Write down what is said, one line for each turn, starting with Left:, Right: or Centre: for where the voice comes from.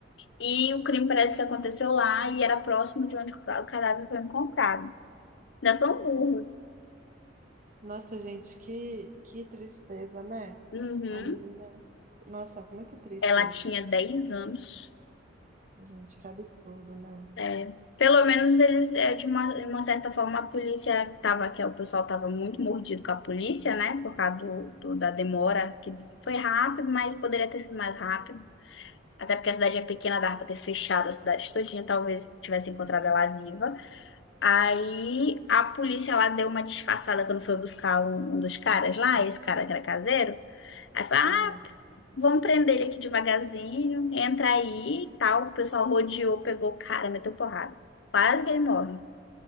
Left: E o crime parece que aconteceu lá e era próximo de onde o ca- o cadáver foi encontrado. Ainda são burro.
Right: Nossa, gente, que, que tristeza, né?
Left: Uhum.
Right: A menina. Nossa, é muito triste
Left: Ela tinha
Right: isso.
Left: 10 anos.
Right: Gente, que absurdo, né?
Left: É. Pelo menos eles, é, de uma, de uma certa forma, a polícia tava, que é, o pessoal estava muito mordido com a polícia, né? Por causa do, do- da demora, que foi rápido, mas poderia ter sido mais rápido. Até porque a cidade é pequena, dava pra ter fechado a cidade todinha, talvez tivesse encontrado ela viva. Aí a polícia lá deu uma disfarçada quando foi buscar um, um dos caras lá, esse cara que era caseiro. Aí falou:
Right: Aham.
Left: ah, vamos prender ele aqui devagarzinho, entra aí e tal. O pessoal rodeou, pegou o cara, meteu porrada. Quase que ele morre.